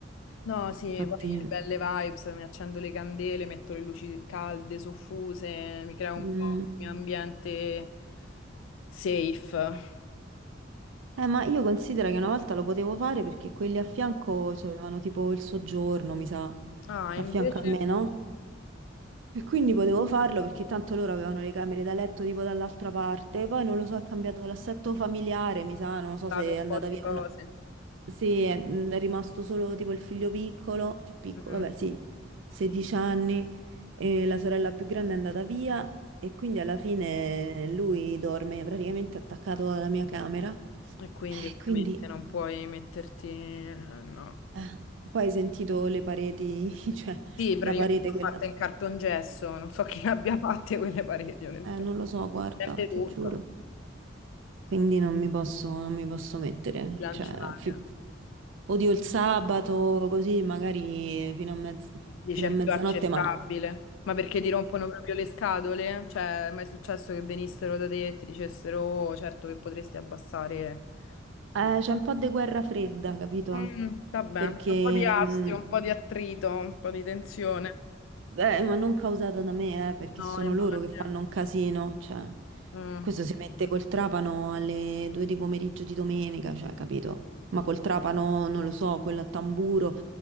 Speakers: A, on the left; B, on the right.
A: No, sì,
B: Infatti,
A: poi belle vibes, mi accendo le candele, metto le luci calde, soffuse, mi creo un
B: mm,
A: po' il mio ambiente safe.
B: eh, ma io considero che una volta lo potevo fare perché quelli a fianco avevano tipo il soggiorno, mi sa,
A: Ah,
B: a
A: invece
B: fianco a me,
A: ho
B: no? E quindi potevo farlo perché tanto loro avevano le camere da letto tipo dall'altra parte. Poi non lo so, è cambiato l'assetto familiare, mi sa, non lo so
A: stato
B: se
A: un
B: è andata
A: po' di
B: via
A: cose.
B: una... Sì, è mm, è rimasto solo tipo il figlio piccolo, cioè piccolo,
A: Mm,
B: vabbè, sì, 16 anni, e la sorella più grande è andata via e quindi alla fine lui dorme praticamente attaccato alla mia camera.
A: E quindi
B: E
A: ovviamente
B: quindi
A: non puoi metterti... eh, No.
B: eh, poi hai sentito le pareti, <laughs> cioè
A: Sì, praticamente
B: la parete
A: sono
B: quella.
A: fatte in cartongesso, non so chi <laughs> le abbia fatte quelle pareti, onestamente.
B: Eh, non lo so, guarda,
A: Sente
B: ti
A: tutto,
B: giuro. Quindi non mi posso, non mi posso mettere.
A: bilanciare.
B: Cioè, fi- odio il sabato, così magari fino a mezz-
A: Dice
B: fino
A: è
B: a mezzanotte,
A: più accettabile.
B: ma...
A: Ma perché ti rompono proprio le scatole? Cioè, è mai successo che venissero da te e ti dicessero, "Oh, certo che potresti abbassare
B: Eh,
A: il...
B: c'è un po' di guerra fredda, capito?
A: Mm, vabbè,
B: Perché,
A: c'è un po' di astio,
B: mh,
A: un po' di attrito, un po' di tensione.
B: eh, ma non causata da me, eh, perché
A: No,
B: sono
A: immagino.
B: loro che fanno un casino, cioè,
A: Mm.
B: questo si mette col trapano alle due di pomeriggio di domenica, cioè, capito? Ma
A: No.
B: col trapano, non lo so, quello a tamburo,